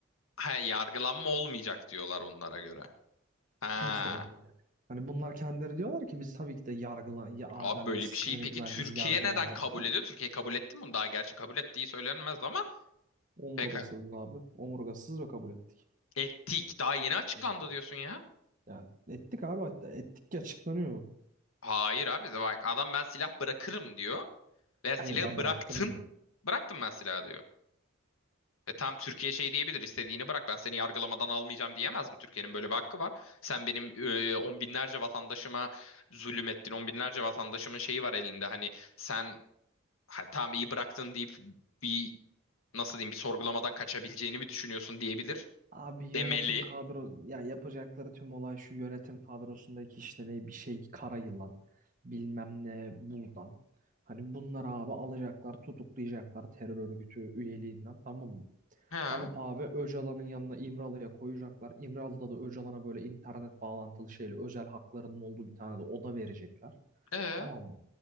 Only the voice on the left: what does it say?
hay yargılanma olmayacak diyorlar bunlara göre. Ha.
Abi böyle
bir şeyi peki
Türkiye
neden kabul
ediyor? Türkiye kabul etti mi bunu? Daha gerçi kabul ettiği söylenmez ama
peki
ettik. Daha yeni açıklandı
diyorsun ya.
Hayır abi de bak adam ben silah bırakırım diyor. Ve silahı
bıraktım.
Bıraktım ben silahı diyor. E tam Türkiye şey diyebilir istediğini bırak ben seni yargılamadan almayacağım diyemez mi? Türkiye'nin böyle bir hakkı var. Sen benim e, on binlerce vatandaşıma zulüm ettin. On binlerce vatandaşımın şeyi var elinde. Hani sen ha, tamam iyi bıraktın deyip bir nasıl diyeyim bir sorgulamadan kaçabileceğini mi düşünüyorsun diyebilir.
Demeli.
Ha.
E.